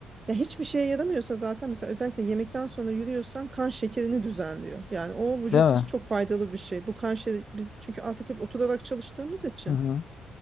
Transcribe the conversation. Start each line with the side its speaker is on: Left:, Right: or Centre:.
Right: ya hiçbir şeye yaramıyorsa zaten mesela özellikle yemekten sonra yürüyorsan kan şekerini düzenliyor. Yani o vücut
Left: Değil mi?
Right: için çok faydalı bir şey. Bu kan şekeri biz çünkü artık hep oturarak çalıştığımız için
Left: Hı hı.